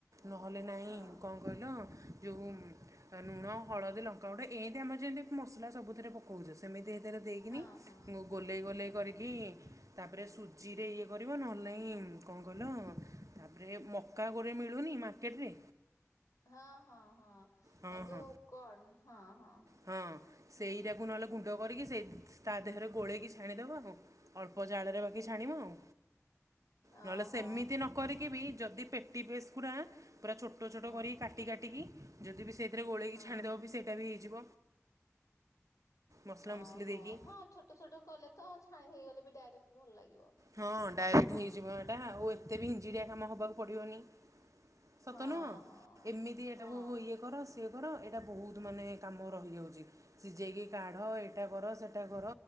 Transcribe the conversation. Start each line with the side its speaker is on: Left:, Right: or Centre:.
Right: ନହେଲେ ନାହିଁ
Left: ହଁ
Right: କଣ କହିଲ ଯେଉଁ ଲୁଣ ହଳଦୀ ଲଙ୍କାଗୁଡା ଏତି ଆମର ଯେମିତି ମସଲା ସବୁଥିରେ ପକଉଛେ ସେମିତି ରେ ଦେଇକିନି
Left: ହଁ ହଁ
Right: ମୁଁ ଗୋଲେଇ ଗୋଲେଇ କରିକି ତାପରେ ସୁଜିରେ ଇଏ କରିବ ନହେଲେ ନାଇ କଣ କଲ। ତାପରେ ମକା ଗୋଟେ ମିଳୁନି ମାର୍କେଟରେ
Left: ହଁ ହଁ ହଁ
Right: ହଁ
Left: ଏ ଯୋଉ
Right: ହଁ
Left: କଣ ହଁ ହଁ
Right: ହଁ ସେଇରାକୁ ନହେଲେ ଗୁଣ୍ଡ କରିକି ସେଇ ତା ଦେହରେ ଗୋଳେଇକି ଛାଣିଦେବା ଆଉ ଅଳ୍ପ ଜାଳରେ ବାକି ଛାଣିବ ଆଉ ନହେଲେ
Left: ଓହୋ
Right: ସେମିତି ନ କରିକି ବି ଯଦି ପେଟି ପେସେକୁରା ପୁରା ଛୋଟ ଛୋଟ
Left: ହଁ
Right: କରିକି କାଟି କାଟି କାଟିକି ଯଦି ବି ସେଥିରେ ଗୋଳେଇକି
Left: ହଁ
Right: ଛାଣିଦେବ ବି ସେଇଟା ବି ହେଇଯିବ ମସଲା
Left: ଓହୋ
Right: ମସଲି ଦେଇକି
Left: ହଁ ଛୋଟ ଛୋଟ କଲେ ତ ଛାଆ ହେଇଗଲେ ବି ଡାଇରେକ୍ଟ ଭଲ ଲାଗିବ
Right: ହଁ ଡାଇରେକ୍ଟ ହେଇଯିବ ଏଟା ଆଉ ଏତେ ବି ହିଜିଡିଆ କାମ ହବାକୁ ପଡିବନି ସତ
Left: ହଁ
Right: ନୁହଁ
Left: ହଁ
Right: ଏମିତି ଏଟାକୁୁ
Left: ହଁ
Right: ଇଏ କରସ ତେ କର ଏଇଟା ବହୁତ ମାନେ କାମ ରହିଯାଉଛି ସି ଯାଇକି କାଢ଼ ଏଇଟା କର ସେଇଟା କର